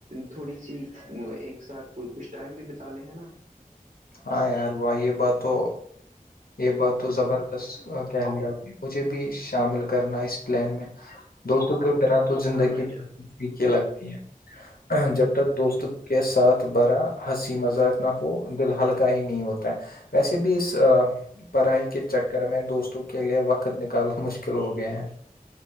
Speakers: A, on the right; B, on the left.
A: تھوڑی سی ایک ساتھ کوئی کچھ ٹائم بھی بتا لے ہے نا
B: ہاں یار بھای یہ بات تو یہ بات تو زبردست کہہ لیا آپ نے مجھے بھی شامل کرنا اس پلان میں دوستوں کے بنا تو زندگی
A: ہاں بھائی جان
B: پیکھی لگتی ہے جب تک دوستو کے ساتھ برا ہنسی مذاق نہ ہو دل ہلکا ہی نہیں ہوتا ہے ویسے بھی اس پڑھائی کے چکر میں دوستوں کے لیے وقت نکالنا مشکل ہو گئے ہیں